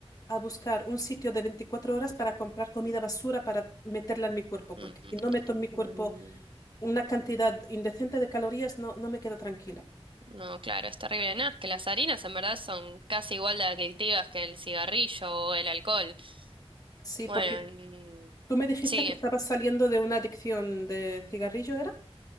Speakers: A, on the left; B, on the right.
A: a buscar un sitio de 24 horas para comprar comida basura para meterla en mi cuerpo,
B: Mm,
A: porque si no meto en mi cuerpo
B: mm,
A: una cantidad indecente de calorías, no, no me quedo tranquila.
B: No, claro, es terrible. Nada, es que las harinas en verdad son casi igual de adictivas que el cigarrillo o el alcohol.
A: Sí,
B: Bueno,
A: porque
B: en-
A: tú me dijiste
B: sí,
A: que estabas saliendo de una adicción de cigarrillo, ¿era?